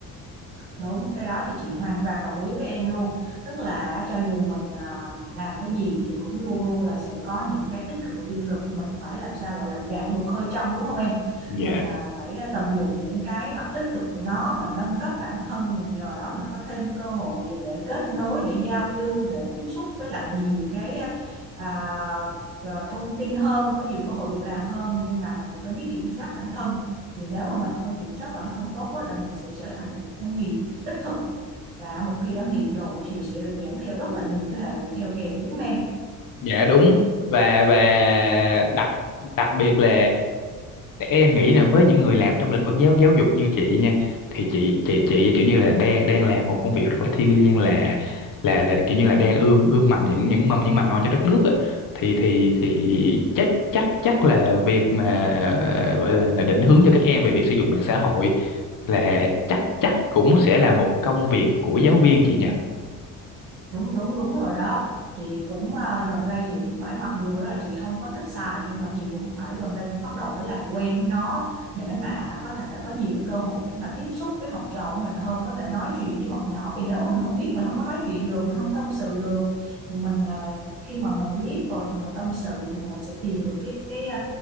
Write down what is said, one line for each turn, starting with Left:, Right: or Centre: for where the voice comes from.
Right: Đúng, cái đó thì chị hoàn toàn đồng ý với em luôn. Tức là cho dù mình à, làm cái gì thì cũng luôn luôn là sẽ có những cái tích cực và tiêu cực. Mình phải làm sao gọi là gạn đục hơi trong đúng không em?
Left: dạ
Right: Mình à, phải à, tận dụng những cái mặt tích cực của nó, mình nâng cấp bản thân, mình nhờ đó mình có thêm cơ hội để kết nối, để giao lưu, để tiếp xúc với lại nhiều cái à, à, thông tin hơn, có nhiều cơ hội việc làm hơn. Nhưng mà mình cũng phải biết kiểm soát bản thân vì nếu mà mình không kiểm soát bản thân tốt á, là mình sẽ trở thành một con nghiện đích thực và một khi đã nghiện rồi thì sẽ dẫn theo rất là nhiều cái hệ lụy theo kèm đúng không em
Left: dạ đúng và và đặc đặc biệt là ờ, em nghĩ là với những người làm trong lĩnh vực giáo giáo dục như chị nha thì chị chị chị kiểu như là đang đang làm một công việc rất là thiêng liêng là là là kiểu như là đang ươm ươm mầm những những mầm những mầm non cho đất nước á. thì thì thì chắc chắc chắc là việc mà ờ, gọi là là định hướng cho các em về việc sử dụng mạng xã hội là chắc chắc cũng sẽ là một công việc của giáo viên chị nhỉ
Right: đúng đúng đúng rồi đó chị cũng à, gần đây chị cũng phải mặc dù đó là chị không có thích xài nhưng mà chị cũng phải gần đây cũng bắt đầu phải làm quen với nó để mà có thể có nhiều cái cơ hội để mà tiếp xúc với học trò của mình hơn có thể nói chuyện với bọn nhỏ vì nếu mà mình không biết mình không có nói chuyện được mình không tâm sự được thì mình à, khi mà mình biết rồi thì mình tâm sự thì mình sẽ tìm được cái cái cái,